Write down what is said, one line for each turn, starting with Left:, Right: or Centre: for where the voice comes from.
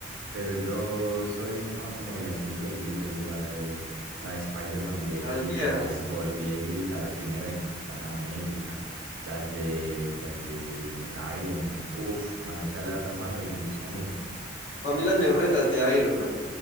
Right: Pero yo soy muy fan como de las películas viejitas, de la de, la de Spider-Man viejita,
Left: Las viejas.
Right: la de Hulk viejita, la primera de Capitana América, las de, las de Iron Man, uf, mano, o sea, la verdad Marvel me gusta mucho.
Left: Para mí las mejores las de Iron Man.